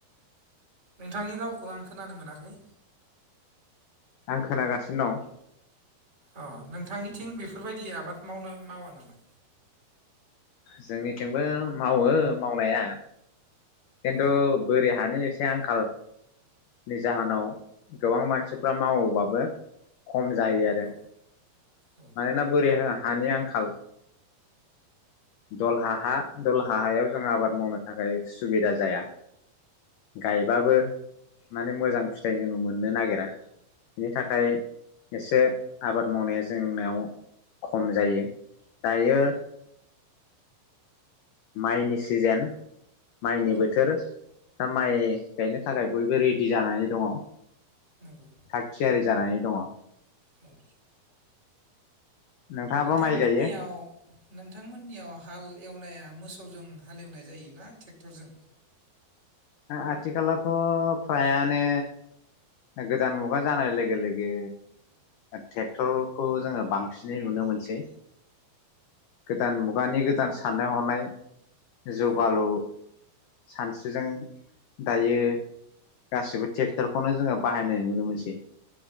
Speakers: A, on the right; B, on the left.
A: नोंथांनि रावखौ आं खोनानो मोनाखै।
B: आं खोनागासिनो दं।
A: अ नोंथांनिथिं बेफोरबायदि आबाद मावनो मावा नामा?
B: जोंनिथिंबो मावो मावनाया। खिन्थु
A: औ
B: बोरि हा नि एसे आंखालनि जाहोनाव गोबां मान सिफ्रा मावोबाबो खम जायो आरो
A: औ औ
B: मानोना बोरि हानि आंखाल दलहा हा, दलहा हायाव जों आबाद मावनो थाखाय सुबिदा जाया गायबाबो माने मोजां फिथाइ जोङो मोननो नागिरा। बिनि थाखाय एसे आबाद मावनाया जोंनाव खम जायो। दायो
A: औ
B: माइनि सिजेन माइनि बोथोर
A: औ
B: दा माइ गायनो थाखाय बयबो रेडि जानानै दङ।
A: नंगौ
B: थाग थियारि जानानै दङ
A: औ
B: नोंथाङाबो
A: नोंथांमोननियाव
B: माइ गायो
A: नोंथांमोननियाव हाल एवनाया मोसौजों हालेवनाय जायोना टेक्टरजों?
B: आथिखालावथ' फ्रायानो गोदान मुगा जानाय लोगो लोगो टेक्टरखौ जोङो बांसिनै नुनो मोनसै गोदान मुगानि गोदान साननाय हनाय जौगालु
A: औ
B: सानस्रिजों दायो गासिबो टेक्टरखौनो जोङो बाहायनाय नुनो मोनसै